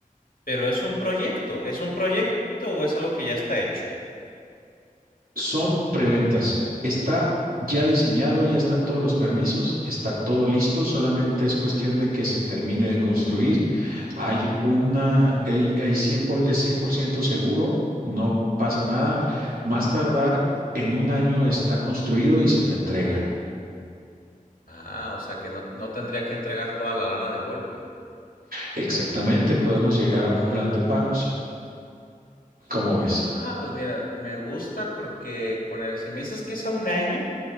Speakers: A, on the left (about 80°); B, on the right (about 85°).
A: pero es un proyecto, ¿es un proyecto o es algo que ya está hecho?
B: Son preventas. Está ya diseñado, ya están todos los permisos, está todo listo, solamente es cuestión de que se termine de construir Hay una, hay, hay 100 por- es 100% seguro, no pasa nada. Más tardar en un año está construido y se te entrega.
A: Ah, o sea que no, no tendría que entregar toda la lana de golpe.
B: Exactamente, podemos llegar a un
A: Ah.
B: plan de pagos. ¿Cómo ves?
A: Ah, pues mira, me gusta porque con el, si me dices que es a un año,